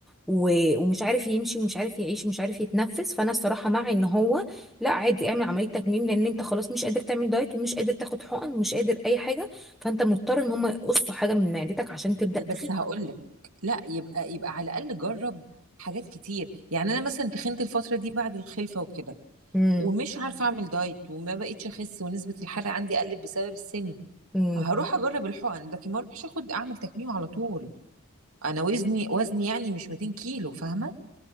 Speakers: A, in the centre; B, on the right.
A: و- ومش عارف يمشي ومش عارف يعيش ومش عارف يتنفس فانا الصراحه مع ان هو لا عادي اعمل عمليه تكميم لان انت خلاص مش قادر تعمل دايت ومش قادر تاخد حقن ومش قادر اي حاجه فانت مضطر ان هم يقصوا حاجه من معدتك عشان تبدا تخف
B: بس هقول لك لا يبقى يبقى على الاقل جرب حاجات كتير يعني انا مثلا تخنت الفتره دي بعد الخلفه وكده
A: امم
B: ومش عارفه مم. اعمل دايت وما بقيتش اخس ونسبه الحرق عندي قلت بسبب السن
A: امم
B: هروح مم. اجرب الحقن لكن ما اروحش اخد اعمل تكميم على طول انا وزني وزني يعني مش 200 كيلو فاهمه